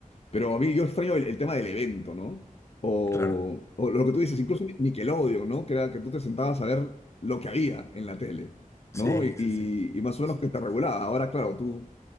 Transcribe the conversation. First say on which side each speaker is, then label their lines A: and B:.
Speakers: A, on the left; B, on the left.
A: Pero a mí yo extraño el, el tema del evento, ¿no? O,
B: claro.
A: o lo que tú dices, incluso Ni- Nickelodeon, ¿no? Que era que tú te sentabas a ver lo que había en la tele,
B: Sí,
A: ¿no? Y,
B: sí,
A: y-
B: sí.
A: y más o menos que te regulaba. Ahora, claro, tú,